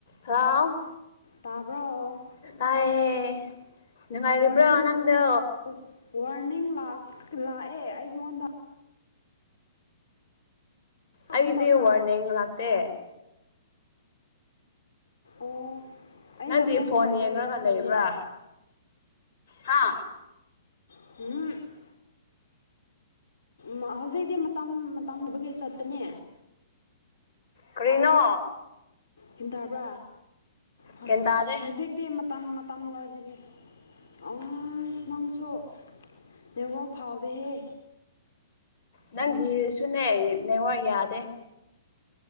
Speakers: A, on the left; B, on the left.
A: ꯍꯜꯂꯣ
B: ꯇꯥꯕ꯭ꯔꯣ
A: ꯇꯥꯏꯌꯦ ꯅꯨꯡꯉꯥꯏꯔꯤꯕ꯭ꯔꯣ
B: ꯋꯥꯔꯅꯤꯡ
A: ꯅꯪꯗꯣ
B: ꯋꯥ ꯋꯥ ꯋꯥꯔꯅꯤꯡ ꯂꯥꯛ ꯂꯥꯛꯑꯦ ꯑꯩꯉꯣꯟꯗ
A: ꯑꯩꯒꯤꯗꯤ
B: ꯑꯗꯨꯝ ꯇꯧꯕ꯭ꯔꯥ
A: ꯋꯥꯔꯅꯤꯡ ꯂꯥꯛꯇꯦ
B: ꯑꯣ ꯑꯩ
A: ꯅꯪꯗꯤ
B: ꯅꯃꯦꯡ
A: ꯐꯣꯟ
B: ꯍꯥꯏꯕꯒꯤꯔꯥ
A: ꯌꯦꯡꯔꯒ
B: ꯈꯪꯗꯦ
A: ꯂꯩꯕ꯭ꯔꯥ ꯍꯥ
B: <unintelligible> ꯃ ꯍꯧꯖꯤꯛꯇꯤ ꯃꯇꯝ ꯃꯇꯝ ꯑꯣꯏꯕꯒꯤ ꯆꯠꯄꯅꯤ
A: ꯀꯔꯤꯅꯣ
B: ꯒꯤꯟ ꯇꯥꯕ꯭ꯔꯥ ꯍ
A: ꯒ꯭ꯌꯥꯟ ꯇꯥꯗꯦ
B: ꯍꯧꯖꯤꯛ ꯗꯤ ꯃꯇꯝ ꯃꯇꯝ ꯂꯣꯏꯖꯒꯦ ꯑꯥꯏꯁ ꯅꯪꯁꯨ ꯅꯦꯠꯋꯥꯛ ꯐꯥꯎꯗꯦꯍꯦ
A: ꯅꯪꯒꯤ ꯁꯨꯅꯦ ꯅꯦꯋꯥꯔꯛ ꯌꯥꯗꯦ